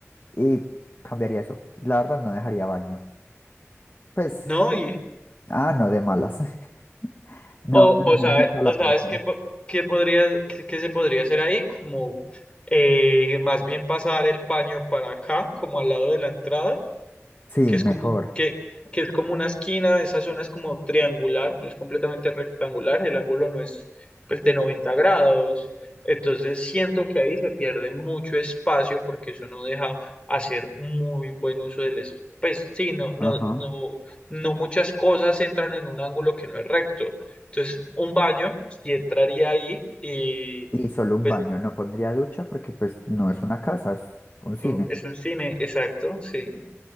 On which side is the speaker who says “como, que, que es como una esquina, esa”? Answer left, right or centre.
Left